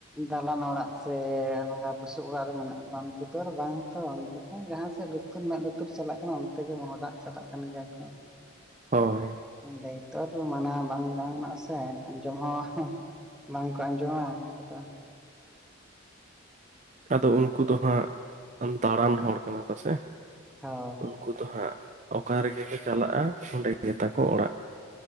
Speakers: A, in the centre; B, on the right (about 35°).
A: ᱫᱟᱞᱟᱱ ᱚᱲᱟᱜ ᱥᱮ ᱱᱚᱠᱟ ᱵᱩᱥᱩᱵ ᱚᱲᱟᱜ ᱨᱮ ᱢᱮᱱᱟᱜ ᱵᱚᱱᱟ ᱱᱩᱠᱩ ᱫᱚ ᱟᱨ ᱵᱟᱝ ᱛᱚ ᱵᱟᱝ ᱩᱱᱠᱩ ᱫᱚ ᱡᱟᱦᱟᱸ ᱥᱮᱫ ᱞᱩᱛᱩᱨ ᱢᱮᱫ ᱞᱩᱛᱩᱨ ᱪᱟᱞᱟᱜ ᱠᱟᱱᱟ ᱚᱱᱛᱮ ᱜᱮ ᱢᱚᱦᱰᱟᱜ ᱪᱟᱞᱟᱜ ᱠᱟᱱ ᱜᱮᱭᱟ ᱠᱚ᱾
B: ᱦᱳᱭ
A: ᱞᱟᱹᱭ ᱛᱚᱨ ᱢᱟᱱᱟ ᱵᱟᱝ ᱜᱟᱱᱚᱜ ᱟᱥᱮ ᱟᱸᱡᱚᱢ ᱦᱚᱸᱼᱼ ᱵᱟᱝᱠᱚ ᱟᱸᱡᱚᱢᱟ ᱟ ᱩᱱᱠᱩᱫᱚ
B: ᱟᱫᱚ ᱩᱱᱠᱩ ᱫᱚ ᱦᱟᱸᱜ ᱫᱟᱬᱟᱱ ᱦᱚᱲ ᱠᱟᱱᱟ ᱠᱚᱥᱮ
A: ᱦᱳᱭ ᱦᱳᱭ
B: ᱩᱱᱠᱩ ᱫᱚ ᱦᱟᱸᱜ ᱚᱠᱟ ᱨᱮᱜᱮ ᱠᱚ ᱪᱟᱞᱟᱜᱼᱟ ᱚᱸᱰᱮ ᱜᱮᱛᱟ ᱠᱚ ᱚᱲᱟᱜ᱾